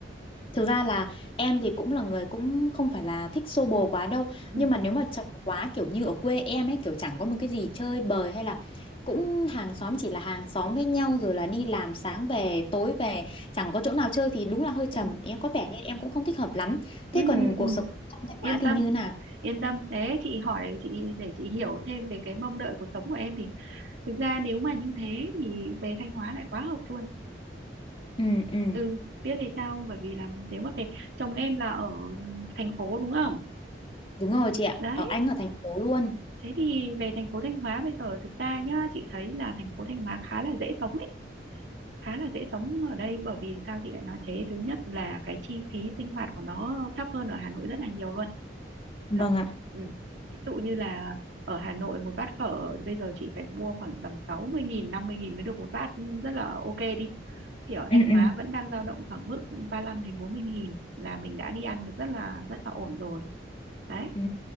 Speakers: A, on the left (about 30°); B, on the right (about 90°).
A: Thực ra là em thì cũng là người cũng không phải là thích xô bồ quá đâu
B: ừ
A: Nhưng mà nếu mà chồng quá kiểu như ở quê em ấy Kiểu chẳng có một cái gì chơi bời hay là Cũng hàng xóm chỉ là hàng xóm với nhau Rồi là đi làm sáng về tối về Chẳng có chỗ nào chơi thì đúng là hơi trầm
B: ừ.
A: Em có vẻ như em cũng không thích hợp lắm
B: ừ,
A: Thế còn
B: ừ, ừ.
A: cuộc sống không thanh
B: yên
A: hóa thì
B: tâm
A: như thế nào?
B: yên tâm thế chị hỏi chị để chị hiểu thêm về cái mong đợi cuộc sống của em thì thực ra nếu mà như thế thì về Thanh Hóa lại quá hợp luôn
A: Ừ ừ
B: ừ biết vì sao không? bởi vì là nếu mà về chồng em là ở thành phố đúng không
A: đúng rồi chị ạ
B: đấy
A: Ở anh ở thành phố luôn
B: thế thì về thành phố Thanh Hóa bây giờ thực ra nhá chị thấy là thành phố Thanh Hóa khá là dễ sống ấy khá là dễ sống ở đây bởi vì sao chị lại nói thế thứ nhất là cái chi phí sinh hoạt của nó thấp hơn ở Hà Nội rất là nhiều luôn
A: Vâng
B: thật
A: ạ.
B: ừ. ví dụ như là ở Hà Nội một bát phở bây giờ chị phải mua khoảng tầm sáu mươi nghìn năm mươi nghìn mới được một bát ừ, rất là ok đi thì ở
A: Ừ
B: Thanh Hóa
A: ừ.
B: vẫn đang dao động khoảng mức ba lăm đến bốn mươi nghìn là mình đã đi ăn được rất là rất là ổn rồi đấy
A: Ừ